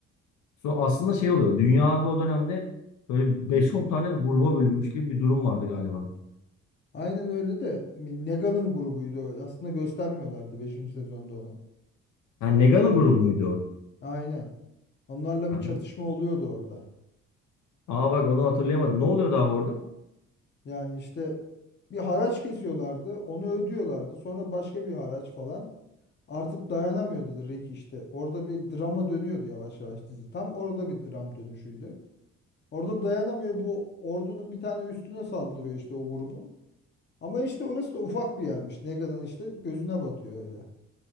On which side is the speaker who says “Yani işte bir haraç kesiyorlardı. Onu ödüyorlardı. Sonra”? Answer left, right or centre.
Left